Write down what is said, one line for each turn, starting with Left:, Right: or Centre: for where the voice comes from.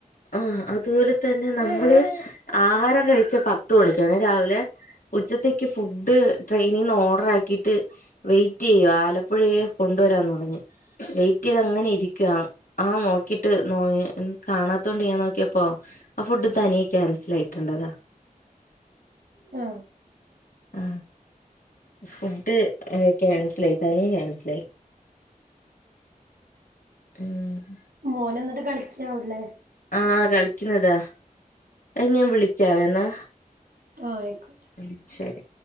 Left: ആഹ് അതുപോലെ തന്നെ നമ്മള് ആഹാരം കഴിിച്ച പത്തു മണിക്കാണേ രാവിലെ ഉച്ചത്തേക്ക് ഫുഡ് ട്രെയിനിന്ന് ഓർഡർ ആക്കിയിട്ട് വെയിറ്റ് ചെയ്യുവാ ആലപ്പുഴയ കൊണ്ടുവരാന്ന് പറഞ്ഞു വെയിറ്റ് ചെയ്ത് അങ്ങനെ ഇരിക്കുവാ ആ നോക്കിട്ട് നോ കാണാത്ത ത്തോണ്ട് ഞാൻ നോക്കിയപ്പോ ആ ഫുഡ് തനിയ ക്യാൻസൽ ആയിട്ടുണ്ടതാ
Right: ആ
Left: ആഹ് ഫുഡ് ക്യാൻസൽയി തനിയെ ക്യാൻസിലായി ഉം
Right: മോനൊ ന്നിട്ട് കളിക്ക്യാവൂല്ലേ
Left: ആഹ കളിക്കുന്നതാ എങ്ങഞാൻ വിളിക്ക വ എന്നാ
Right: ആഹ് ആയിക്കോട്ടെ
Left: ഉം ശരി